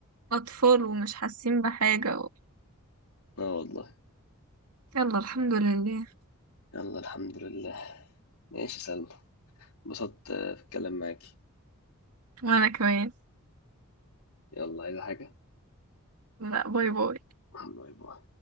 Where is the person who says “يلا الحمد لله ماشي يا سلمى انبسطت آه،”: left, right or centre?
Left